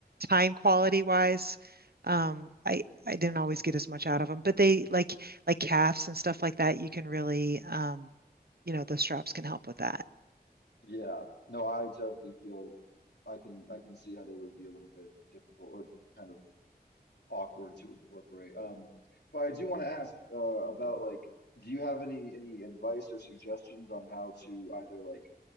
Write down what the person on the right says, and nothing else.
time quality wise, um, I I didn't always get as much out of them. But they like like calves and stuff like that. You can really, um, you know, those straps can help with that.